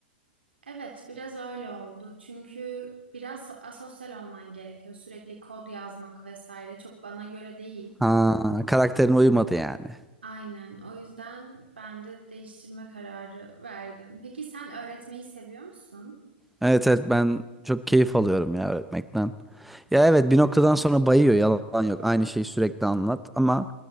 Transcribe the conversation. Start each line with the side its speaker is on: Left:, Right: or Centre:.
Right: Evet, biraz öyle oldu. Çünkü biraz so- asosyal olman gerekiyor. Sürekli kod yazmak vesaire çok bana göre değil.
Centre: Ha karakterine uymadı yani.
Right: Aynen. O yüzden ben de değiştirme kararı verdim. Peki sen öğretmeyi seviyor musun?
Centre: Evet evet ben çok keyif alıyorum ya öğretmekten. Ya evet bir noktadan sonra bayıyor yalan yok. Aynı şeyi sürekli anlat ama